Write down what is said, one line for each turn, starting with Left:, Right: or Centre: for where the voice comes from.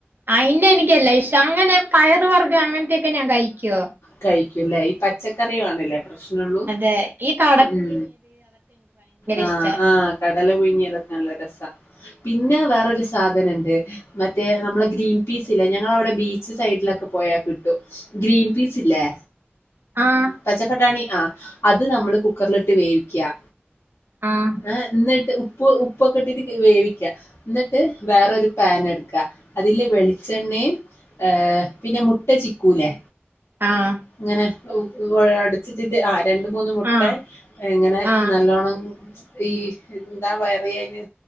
Right: ആയിന്നെ എനിക്കല്ല ഇഷ അങ്ങനെ പയർ വർഗം അങ്ങനത്തെയൊക്കെ ഞാൻ കഴിക്കോ?
Left: കഴിക്കല്ലേ, ഈ പച്ചക്കറി ആണല്ലേ പ്രശ്നള്ളൂ.
Right: ഏ ഈ ക
Left: ഉം ആഹ്‌
Right: ഇഷ്ടാ
Left: ആഹ്‌ കടല പുഴങ്ങിതൊക്കെ നല്ല രസാ. പിന്നെ വേറൊരു സാധനണ്ട്. മറ്റേ നമ്മളെ ഗ്രീൻ പീസ് ഇല്ലേ, ഞങ്ങളവടെ ബീച്ച് സൈഡിലൊക്കെ പോയാൽ കിട്ടും ഗ്രീൻ പീസ്സ് ഇല്ലേ
Right: ആഹ്
Left: പച്ചപ്പട്ടാണി ആ അത് നമ്മള് കുക്കർല്ട്ട് വേവിക്കിയാ.
Right: ആഹ്‌.
Left: ആ, ന്നിട്ട് ഉപ്പ് ഉപ്പൊക്കെ ഇട്ടിട്ടിട്ട് വേവിക്കെയാ. ന്നിട്ട്, വേറൊരു പേന ട്ക്കാ എട്ക്ക അതില് വെളിച്ചെണ്ണയിം. ഏ പിന്നെ മുട്ട ചിക്കൂലെ
Right: ആഹ്
Left: അങ്ങനെ അടച്ചിട്ടി് ആ രണ്ട് മൂന്ന എന്
Right: ആഹ്
Left: എങ്ങനെ
Right: ആഹ്
Left: നല്ലോണം ഈ എന്താ പറയിയ അയിന്